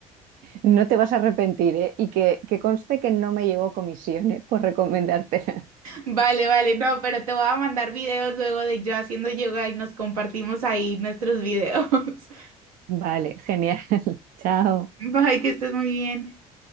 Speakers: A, on the right (about 45°); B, on the right (about 75°).
A: no te vas a arrepentir, ¿eh? Y que, que conste que no me llegó comisión, ¿eh? Por recomendártela. <laughs>
B: Vale, vale, no, pero te voy a mandar videos luego de yo haciendo yoga y nos compartimos ahí nuestros videos. <laughs>
A: Vale, genial. Chao.
B: Bye, que estés muy bien.